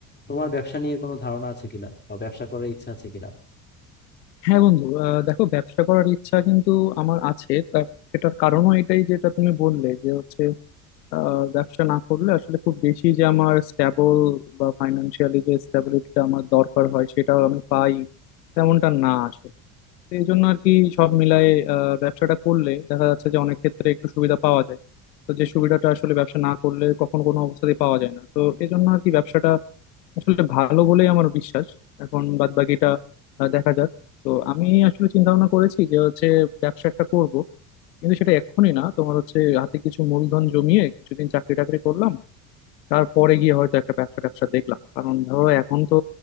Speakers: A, on the left; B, on the left.
A: তোমার ব্যবসা নিয়ে কোনো ধারণা আছে কিনা বা ব্যবসা করার ইচ্ছা আছে কিনা
B: হ্যাঁ বন্ধু আহ, দেখো ব্যবসা করার ইচ্ছা কিন্তু আমার আছে তার সেটার কারণও এটাই যেটা তুমি বললে যে হচ্ছে আহ, ব্যবসা না করলে আসলে খুব বেশি যে আমার স্ট্যাবল বা ফাইন্যান্সিয়ালি যে স্ট্যাবিলিটিটা আমার দরকার হয় সেটা আমি পাই তেমনটা না আসলে তো এই জন্য আর কি সব মিলায়ে আহ, ব্যবসাটা করলে দেখা যাচ্ছে যে অনেক ক্ষেত্রে একটু সুবিধা পাওয়া যায় তো যে সুবিধাটা আসলে ব্যবসা না করলে কখনো কোনো অবস্থাতেই পাওয়া যায় না তো এই জন্য আর কি ব্যবসাটা আসলে ভালো বলেই আমার বিশ্বাস এখন বাদ বাকিটা আহ, দেখা যাক তো আমি আসলে চিন্তা ভাবনা করেছি যে হচ্ছে ব্যবসা একটা করব কিন্তু সেটা এক্ষুনি না তোমার হচ্ছে হাতে কিছু মূলধন জমিয়ে কিছুদিন চাকরি টাকরি করলাম তারপরে গিয়ে হয়তো একটা ব্যবসা ট্যাবসা দেখলাম কারণ ধরো এখন তো